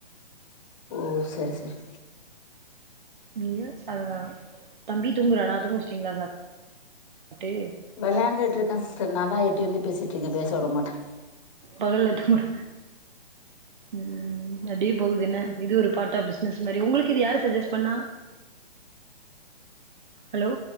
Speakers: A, on the left; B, on the right.
A: ஓ சரி சரி
B: நீங்க ச தம்பி தூங்குறனா தூங்க வச்சிட்டீங்ளா சா சாப்ட்டு
A: வெளாண்டுட்ருக்கா சிஸ்டர் நா தா எட்டி வந்து பேசிட்ருக்க பேச விட மாட்டா
B: பகல்ல தூங்குறா ம் அப்டியே போகுதுன இது ஒரு பார்ட் ஆஃப் பிஸ்னஸ் மாரி உங்களுக்கு இது யாரு சஜெஸ் பண்ணா ஹலோ